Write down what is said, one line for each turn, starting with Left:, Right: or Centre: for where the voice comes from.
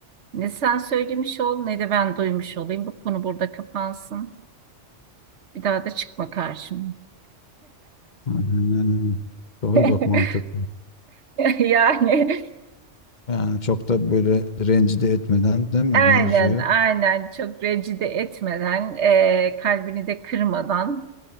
Right: Ne sen söylemiş ol, ne de ben duymuş olayım. Bu konu burada kapansın. Bir daha da çıkma karşıma.
Left: Aynen. Doğru
Right: <laughs>
Left: bak mantık.
Right: Yani
Left: Yani çok da böyle rencide etmeden değil mi
Right: Aynen,
Left: mevzuyu?
Right: aynen çok rencide etmeden, e, kalbini de kırmadan,